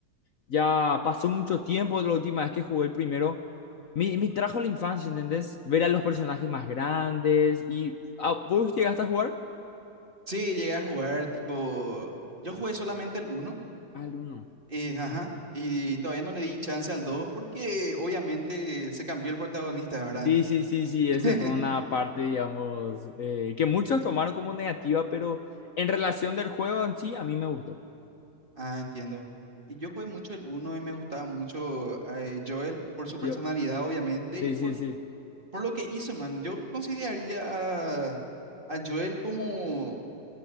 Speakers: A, on the left; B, on the right.
A: ya pasó mucho tiempo de la última vez que jugué el primero, me, me trajo a la infancia, ¿entendés? Ver a los personajes más grandes y... ah, ¿Vos llegaste a jugar?
B: Sí, llegué a jugar, tipo, yo jugué solamente el uno
A: Al uno?
B: eh, ajá. Y todavía no le di chance al 2 porque obviamente se cambió el protagonista, ¿verdad?
A: Sí, sí, sí, sí, esa
B: <laughs>
A: fue una parte, digamos, eh, que muchos tomaron como negativa, pero en relación del juego en sí, a mí me gustó.
B: Ah, entiendo. Y yo jugué mucho el uno y me gustaba mucho eh, Joel por su personalidad,
A: Yo,
B: obviamente,
A: sí,
B: y por,
A: sí, sí,
B: por lo que hizo, man. Yo consideraría a, a Joel como